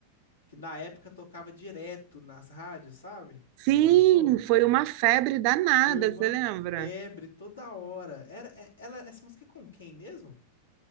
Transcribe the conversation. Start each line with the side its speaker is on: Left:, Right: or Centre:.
Left: que na época tocava direto nas rádios, sabe?
Right: Sim,
Left: Que lançou.
Right: foi uma febre danada,
Left: Foi uma
Right: você lembra?
Left: febre toda hora. Era, é- ela, essa música é com quem mesmo?